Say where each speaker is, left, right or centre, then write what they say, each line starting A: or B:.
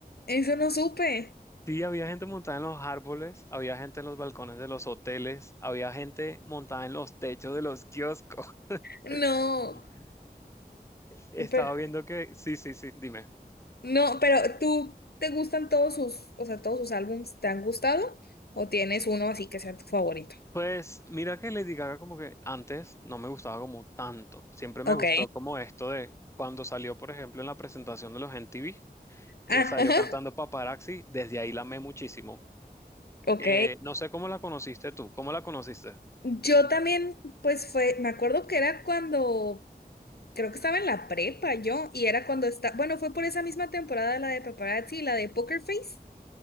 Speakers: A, on the left; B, on the left.
A: eso no supe.
B: Sí, había gente montada en los árboles, había gente en los balcones de los hoteles, había gente montada en los techos de los kioscos.
A: No,
B: <laughs> Estaba
A: pero
B: viendo que, sí, sí, sí, dime.
A: No, pero ¿tú te gustan todos sus, o sea, todos sus álbumes te han gustado? ¿O tienes uno así que sea tu favorito?
B: Pues mira que Lady Gaga como que antes no me gustaba como tanto. Siempre me
A: Ok.
B: gustó como esto de cuando salió, por ejemplo, en la presentación de los MTV, que
A: Ah,
B: salió
A: ajá,
B: cantando Paparazzi, desde ahí la amé muchísimo.
A: ok.
B: Eh, no sé cómo la conociste tú, ¿cómo la conociste?
A: Yo también, pues fue, me acuerdo que era cuando, creo que estaba en la prepa yo, y era cuando está, bueno, fue por esa misma temporada la de Paparazzi y la de Poker Face,